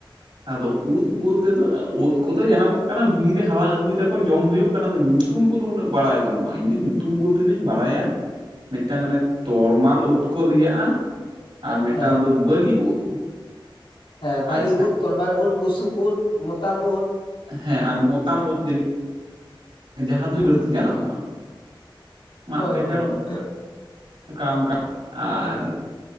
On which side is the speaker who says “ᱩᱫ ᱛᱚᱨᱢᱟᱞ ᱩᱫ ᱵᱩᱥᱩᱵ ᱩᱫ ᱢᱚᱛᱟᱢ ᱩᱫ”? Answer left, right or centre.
Left